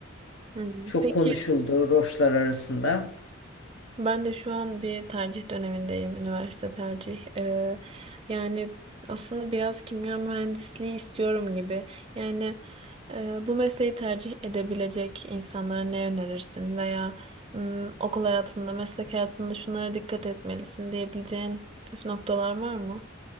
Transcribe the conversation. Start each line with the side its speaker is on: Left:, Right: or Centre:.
Right: Hmm,
Left: Çok
Right: Peki
Left: konuşuldu roşlar arasında.
Right: Ben de şu an bir tercih dönemindeyim, üniversite tercih. Ee, yani aslında biraz kimya mühendisliği istiyorum gibi. Yani e, bu mesleği tercih edebilecek insanlara ne önerirsin veya mm, okul hayatında, meslek hayatında şunlara dikkat etmelisin diyebileceğin püf noktalar var mı?